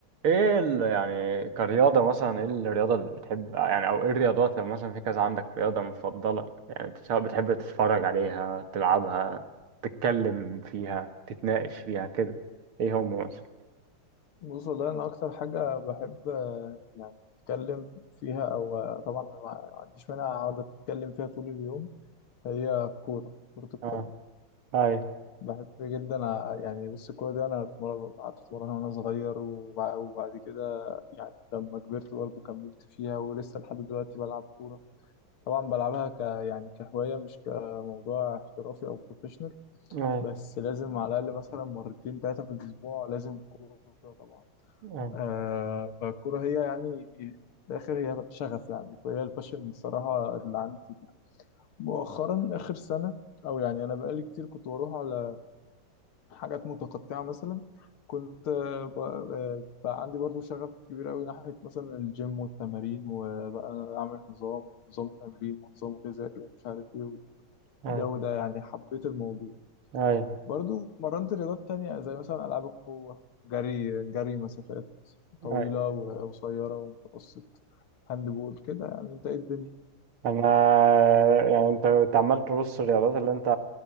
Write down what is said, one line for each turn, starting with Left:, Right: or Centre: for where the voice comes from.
Right: ايه ال- يعني كرياضة مثلا ايه الرياضة اللي بتحب يعني او ايه الرياضات لو مثلا في كذا عندك رياضة مفضلة يعني سواء بتحب تتفرج عليها تلعبها تتكلم فيها تتناقش فيها كده ايه هم مثلا
Left: بص والله أنا أكتر حاجة بحب آه، يعني أتكلم فيها أو آه، طبعا أنا ما ما عنديش مانع أقعد أتكلم فيها طول اليوم هي الكورة كرة القدم
Right: اه اي
Left: بحب جدا آه، يعني بص الكورة دي أنا أتمرن- قعدت أتمرن وأنا صغير وبع- وبعد كده يعني لما كبرت برضه كملت فيها ولسه لحد دلوقتي بلعب كورة طبعا بلعبها ك يعني كهواية مش كموضوع احترافي أو بروفيشنال
Right: اي
Left: بس لازم على الأقل مثلا مرتين تلاتة في الأسبوع لازم كورة طبعا
Right: اي
Left: آه فالكورة هي يعني في الآخر هي شغف يعني فهي الباشن بصراحة اللي عندي مؤخرا آخر سنة أو يعني أنا بقالي كتير كنت بروح على حاجات متقطعة مثلا كنت آه، ب- آه، بقى عندي برضو شغف كبير أوي ناحية مثلا الجيم والتمارين وبقى أعمل نظام نظام تمرين ونظام غذائي ومش عارف إيه
Right: اي
Left: والجو ده يعني حبيت الموضوع
Right: اي
Left: برضو مرنت رياضات تانية زي مثلا ألعاب القوة جري جري مسافات طويلة
Right: اي
Left: وقصيرة ومتوسط هاند بول كده يعني انت ايه الدنيا
Right: انا يعني انت كنت عمال ترص الرياضات اللي انت